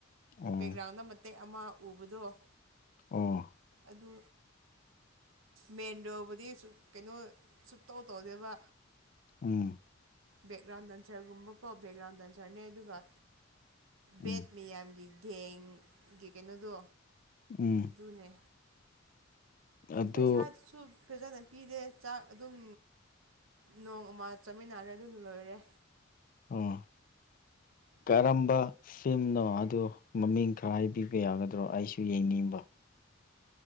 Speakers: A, on the left; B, on the right.
A: ꯑꯣ
B: ꯕꯦꯛꯒ꯭ꯔꯥꯎꯟꯗ ꯃꯇꯦꯛ ꯑꯃ ꯎꯕꯗꯣ
A: ꯑꯣ
B: ꯑꯗꯨ ꯃꯦꯟꯗꯣꯕꯨꯗꯤ ꯁ ꯀꯩꯅꯣ ꯁꯨꯞꯇꯧ ꯇꯧꯗꯦꯕ
A: ꯎꯝ
B: ꯕꯦꯛꯒ꯭ꯔꯥꯎꯟ ꯗꯟꯁꯔꯒꯨꯝꯕꯀꯣ ꯕꯦꯛꯒ꯭ꯔꯥꯎꯟ ꯗꯟꯁꯔꯅꯦ ꯑꯗꯨꯒ
A: ꯎꯝ
B: ꯕꯦꯠ ꯃꯤꯌꯥꯝꯒꯤ ꯒꯦꯡꯒꯤ ꯀꯩꯅꯣꯗꯣ
A: ꯎꯝ
B: ꯑꯗꯨꯅꯦ
A: ꯑꯗꯨ
B: ꯄꯩꯁꯥꯁꯨ ꯐꯖꯥꯅ ꯄꯤꯔꯦ ꯆꯥꯛ ꯑꯗꯨꯝ ꯅꯣꯡ ꯑꯃ ꯆꯠꯃꯤꯟꯅꯔꯦ ꯑꯗꯨꯅ ꯂꯣꯏꯔꯦ
A: ꯑꯣ ꯀꯔꯝꯕ ꯁꯤꯝꯅꯣ ꯑꯗꯨꯗ ꯃꯃꯤꯡ ꯈꯔ ꯍꯥꯏꯕꯤꯕ ꯌꯥꯒꯗ꯭ꯔꯣ ꯑꯩꯁꯨ ꯌꯦꯡꯅꯤꯡꯕ